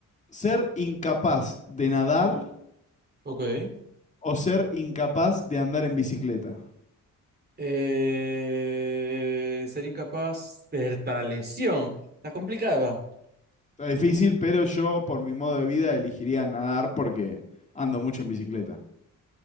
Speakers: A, on the left; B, on the right.
A: ser incapaz de nadar
B: Ok.
A: o ser incapaz de andar en bicicleta.
B: Eh, ser incapaz de lesión. Está complicada.
A: Está difícil, pero yo por mi modo de vida elegiría nadar porque ando mucho en bicicleta.